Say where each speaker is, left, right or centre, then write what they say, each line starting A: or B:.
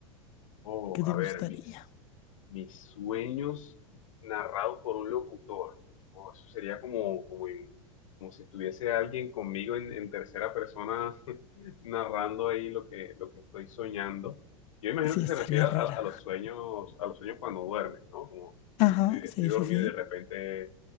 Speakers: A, on the left; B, on the left.
A: Oh,
B: ¿Qué te
A: a
B: gustaría?
A: ver, mis, mis sueños narrados por un locutor. Oh, eso sería como, como, en- como si estuviese alguien conmigo en, en tercera persona <laughs> narrando ahí lo que, lo que estoy soñando. Yo imagino
B: Sí,
A: que
B: estaría
A: se refiere a,
B: rara.
A: a los sueños, a los sueños cuando duermes, ¿no? Como
B: Ajá,
A: estoy, estoy
B: sí,
A: dormido
B: sí, sí.
A: y de repente